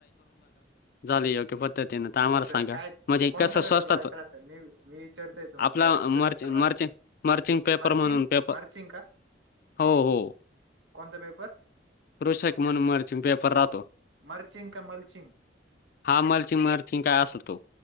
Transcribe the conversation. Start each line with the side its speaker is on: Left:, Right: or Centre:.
Left: झाली योग्य प ध्दतीन तर आम्हाला
Right: नाही सर
Left: सांगा
Right: काय
Left: म्हणजे
Right: कोणचा
Left: कस
Right: पेपर
Left: स्वस्तात
Right: लावायचा राहता मी मी विचारतोय तुम्हाला
Left: आपलार
Right: सर कोणचा
Left: मारच
Right: पेपर लावायचा
Left: मार चिं मारचिंग पेपर
Right: मर्चिंग
Left: म्हणून पेप
Right: मर्चिंग का
Left: हो हो
Right: कोणचा पेपर
Left: कृषक म्हणून मारचिंग पेपर राहतो.
Right: मरचिंग का मलचिंग?
Left: हा मलची मरची काय असल तो.